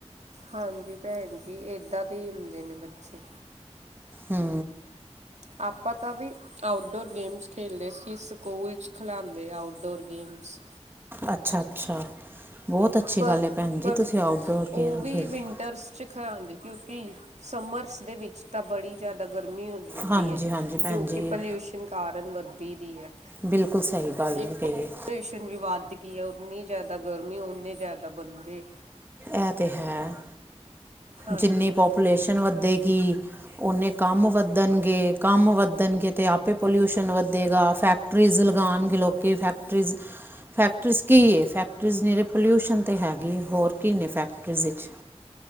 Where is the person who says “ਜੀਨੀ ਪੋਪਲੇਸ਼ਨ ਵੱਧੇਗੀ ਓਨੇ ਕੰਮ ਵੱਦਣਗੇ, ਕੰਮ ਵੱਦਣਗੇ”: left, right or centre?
Right